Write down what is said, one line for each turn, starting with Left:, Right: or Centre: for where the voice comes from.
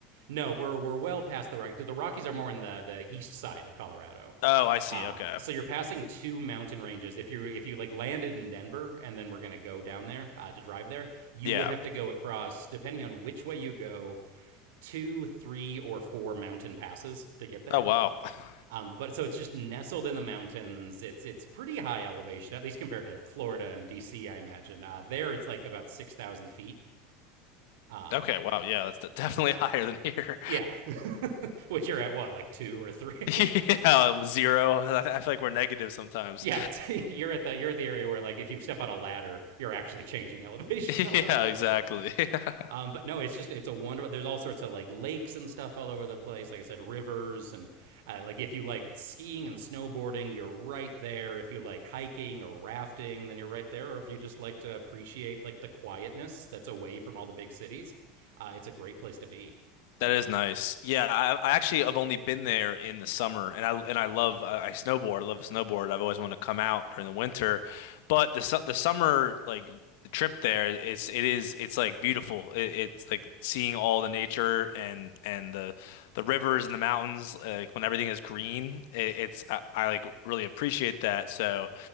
Right: No, we're we're well past the Rockies because the Rockies are more in the the east side of Colorado.
Left: Oh, I see.
Right: Um,
Left: Okay.
Right: so you're passing two mountain ranges. If you if you like landed in Denver and then we're gonna go down there uh, to drive there, you
Left: Yeah.
Right: would have to go across, depending on which way you go, two, three, or four mountain passes to get there.
Left: Oh wow. <laughs>
Right: Um, but so it's just nestled in the mountains. It's it's pretty high elevation, at least compared to Florida and DC, I imagine. Uh, there it's like about six thousand feet. Um,
Left: Okay. Wow. Yeah, that's de- definitely <laughs> higher than here.
Right: yeah, <laughs> which you're at what like two or three?
Left: <laughs> Yeah, zero. I I feel like we're negative sometimes.
Right: <laughs> yeah, it's, you're at the you're at the area where like if you step on a ladder, you're actually changing <laughs> elevation
Left: <laughs>
Right: a
Left: Yeah,
Right: little bit
Left: exactly.
Right: more.
Left: <laughs>
Right: Um, but no, it's just it's a wonderful. There's all sorts of like lakes and stuff all over the place. Like I said, rivers and uh, like if you like skiing and snowboarding, you're right there. If you like hiking or rafting, then you're right there. Or if you just like to appreciate like the quietness that's away from all the big cities, uh, it's a great place to be.
Left: That is nice. Yeah, I, I actually have only been there in the summer, and I and I love I, I snowboard. I love to snowboard. I've always wanted to come out during the winter, but the su- the summer like the trip there, it's it is it's like beautiful. It, it's like seeing all the nature and and the the rivers and the mountains. Like when everything is green, it, it's I, I like really appreciate that. So